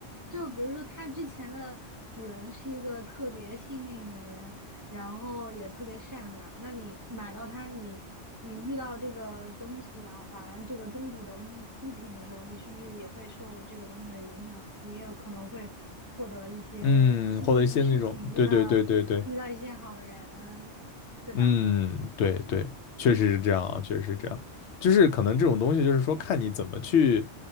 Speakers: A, on the right (about 25°); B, on the left (about 70°).
A: 就比如说，它之前的主人是一个特别幸运的人，然后也特别善良。那你买到它，你你遇到这个东西耳环、这个中古的物物品的时候，你是不是也会受这个东西的影响呢？你也可能会获得一些幸运的事情，
B: 嗯，或者一些那种，对对对对对，
A: 遇到遇到一些好的人，对吧？
B: 嗯，对对，确实是这样啊，确实是这样，就是可能这种东西就是说看你怎么去，